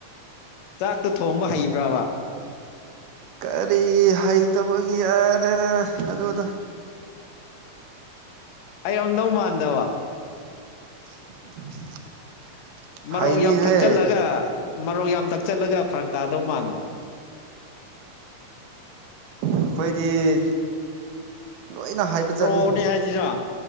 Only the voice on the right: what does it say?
ꯀꯔꯤ ꯍꯩꯇꯕꯒꯤ ꯌꯥꯔꯅ ꯑꯗꯨꯅ
<inaudible>
ꯍꯩꯅꯤꯍꯦ
ꯑꯩꯈꯣꯏꯗꯤ ꯂꯣꯏꯅ ꯍꯥꯏꯕ
ꯖꯥꯠꯅꯤ